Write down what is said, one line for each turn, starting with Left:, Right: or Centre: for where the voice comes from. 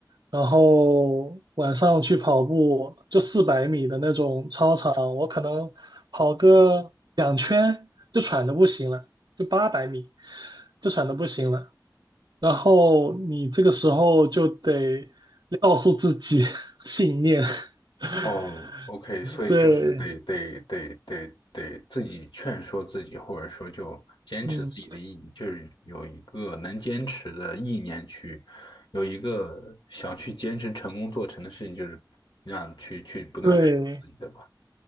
Right: 然后晚上去跑步就四百米的那种操场，我可能跑个两圈就喘的不行了，就八百米就喘的不行了。然后你这个时候就得告诉自己 <laughs> 信念，<laughs>
Left: 哦，OK，所以就嗯是得得得得得自己劝说自己，
Right: 对，
Left: 或者说就坚持自己的意，
Right: 嗯，
Left: 就是有一个能坚持的意念去，有一个想去坚持成功做成的事情，就是让去去不断说服自己，
Right: 对
Left: 对吧？